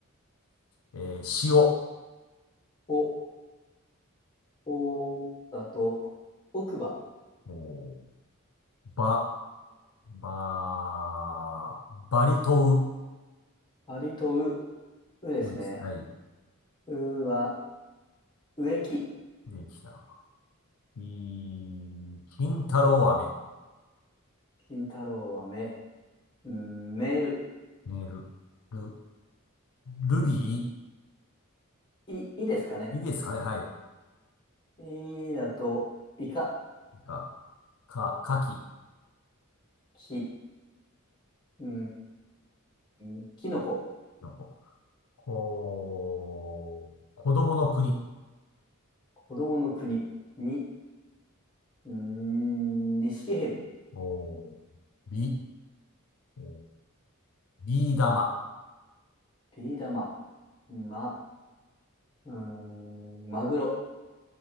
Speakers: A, on the left (about 80°); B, on the left (about 20°).
A: えー、塩、お
B: お、おだと、奥歯。
A: ーば、ば、バリと
B: パリとう、うですね。
A: う、うです。はい。
B: うは、植木。
A: えー、きなるほど。い、金太郎飴、
B: 金太郎は目。うんメール。
A: メール、ル、ルビ
B: い、いですかね。
A: ー、いいですかね。はい。
B: いだと、イカ。
A: か、か、かき、
B: き、うーん、キノコ。
A: のこ。おー、子供の国。
B: 子供の国。に、うーん、ニシキヘビ。
A: おー、び、おビー玉。
B: ビー玉。ま、うーん、マグロ。